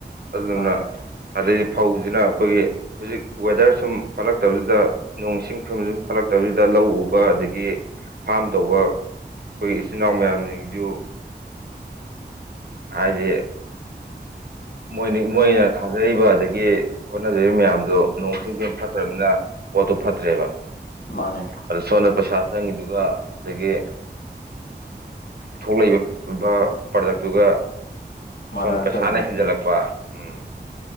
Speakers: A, on the right; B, on the left.
A: ꯑꯗꯨꯅ
B: ꯃꯥꯅꯦ
A: ꯑꯗꯩ ꯐꯧꯖꯤꯅ ꯑꯩꯈꯣꯏꯒꯤ ꯍꯧꯖꯤꯛ ꯋꯦꯗꯔ ꯁꯨꯝ ꯐꯠꯂꯛꯇꯕꯁꯤꯗ ꯅꯣꯡ ꯏꯁꯤꯡ ꯐꯤꯚꯝ ꯁꯨꯝ ꯐꯠꯂꯛꯇꯕꯁꯤꯗ ꯂꯧ ꯎꯕ ꯑꯗꯒꯤ ꯐꯥꯝ ꯇꯧꯕ ꯑꯩꯈꯣꯏ ꯏꯆꯤꯟ ꯅꯥꯎ ꯃꯌꯥꯝꯁꯤꯡꯖꯨ ꯍꯥꯏꯗꯤ ꯃꯣꯏꯅꯤ ꯃꯣꯏꯅ ꯊꯥꯖꯔꯤꯕ ꯑꯗꯒꯤ ꯍꯣꯠꯅꯖꯔꯤꯕ ꯃꯌꯥꯝꯗꯨ ꯅꯣꯡ ꯆꯤꯡ ꯐꯤꯚꯝ ꯐꯠꯇ꯭ꯔꯝꯅꯤꯅ ꯄꯣꯠꯇꯨ ꯐꯠꯇ꯭ꯔꯦꯕ
B: ꯃꯥꯅꯦ
A: ꯑꯗ ꯁꯣꯝꯗ ꯄꯩꯁꯥ ꯆꯪꯉꯤꯗꯨꯒ ꯑꯗꯒꯤ ꯊꯣꯛꯂꯛꯏ ꯕ ꯄ꯭ꯔꯗꯛꯇꯨꯒ
B: ꯃꯥꯟꯅꯔꯛꯇꯕꯗꯣ
A: ꯁꯣꯟꯗ ꯄꯩꯁꯥꯅ ꯍꯦꯟꯖꯜꯂꯛꯄ ꯎꯝ